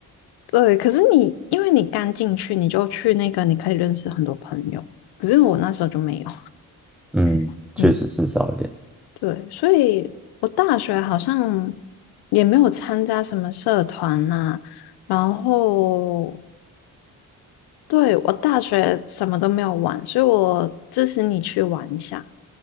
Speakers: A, on the left (about 70°); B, in the centre.
A: 对，可是你因为你刚进去，你就去那个，你可以认识很多朋友。可是我那时候就没有，
B: 嗯，
A: <laughs>
B: 确实是少了点，
A: 嗯，对，所以我大学好像也没有参加什么社团呐、然后对我大学什么都没有玩，所以我支持你去玩一下。